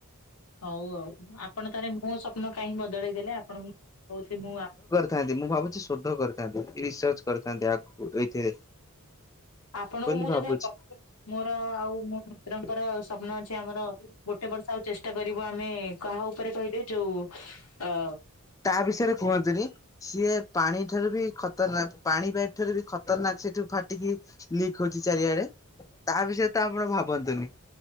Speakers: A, on the left; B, on the left.
A: ହଉ ଆଉ ଆପଣ ତାହା ହେଲେ ମୋ ସ୍ୱପ୍ନ କାହିଁଁକି ବଦଳେଇ ଦେଲେ ଆପଣଙ୍କୁ କହୁଥିଲି ମୁଁ ଆ
B: ଥାନ୍ତି ମୁଁ ଭାବୁଛି ଶୋଧ କରିଥାନ୍ତି। ରିସର୍ଚ କରିଥାନ୍ତି ଆଗୁକୁ ଏଇଥିରେ।
A: ଆପଣଙ୍କୁ
B: ବୋଲି
A: ମୁଁ ଯେତେ
B: ଭାବୁଛି
A: <inaudible> ମୋର ଆଉ ମୋ ପୁତୁରାଙ୍କର ସ୍ୱପ୍ନ ଅଛି ଆମର ଗୋଟେ ବର୍ଷ ଆଉ ଚେଷ୍ଟା କରିବୁ ଆମେ କାହା ଉପରେ କହିଲେ ଯୋଉ ଅ
B: ତା ବିଷୟରେ କୁହନ୍ତୁନି। ସିଏ ପାଣି ଠାରୁ ବି ଖତରନାକ ପାଣି ପାଇପ ଠାରୁ ବି ଖତରନାକ ସେଠୁ ଫାଟିକି ଲିକ୍ ହଉଛି ଚାରିଆଡେ। ତା ବିଷୟରେ ତ ଆପଣ ଭାବନ୍ତୁନି।